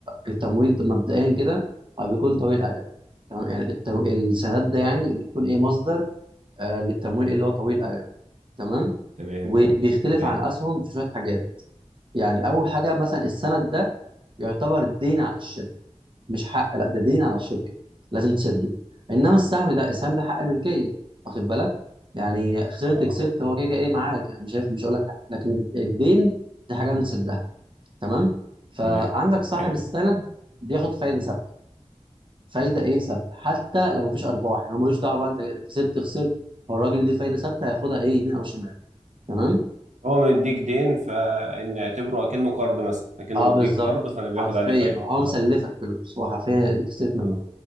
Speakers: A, on the right (about 45°); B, on the right (about 80°).
A: التمويل ده مبدئيا كده هو بيكون طويل اجل تمام يعني التو... السندات ده يعني بتكون ايه مصدر آه للتمويل اللي هو طويل اجل تمام
B: تمام
A: وبيختلف
B: تمام
A: عن اسهم في شويه حاجات يعني اول حاجه مثلا السند ده يعتبر دين على الشركه مش حق لا ده دين على الشركه لازم تسده انما السهم ده السهم ده حق ملكيه واخد بالك يعني خسرت
B: اه
A: كسبت هو كده كده ايه معاك يعني مش شايف مش هقول لك حاجه لكن الدين دي حاجه نسدها تمام فعندك
B: تمام
A: صاحب
B: حلو
A: السند بياخد فايده ثابته فايده ايه ثابته حتى لو مفيش ارباح يعني هو ملوش دعوه بقى انت كسبت خسرت فالراجل ليه فايده ثابته هياخدها ايه يمين او شمال تمام
B: هو مديك دين فان اعتبره اكنه قرض مثلا اكنه
A: اه
B: مديك
A: بالظبط
B: قرض فانا بياخد
A: حرفيا
B: عليه فايده
A: هو
B: اه
A: مسلفك فلوس هو حرفيا اللي بتستلف منه
B: اه